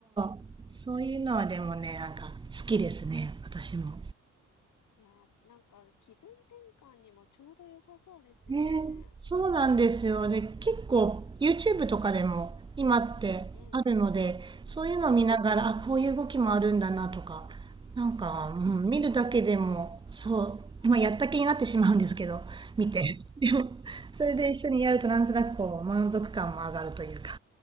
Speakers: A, on the right (about 15°); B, on the left (about 70°).
A: う、そういうのはでもね、なんか好きですね、私も。
B: いやーなんか気分転換にもちょうど良さそうですよね
A: ね、そうなんですよ。で、結構 YouTube とかでも今ってあるので、
B: うん
A: そういうのを見ながら、
B: うん
A: あ、こういう動きもあるんだなとか、なんか、
B: うんうん
A: うん、見るだけでも、そう、まあ、やった気になってしまうんですけど、見て。でも、それで一緒にやるとなんとなくこう、満足感も上がるというか。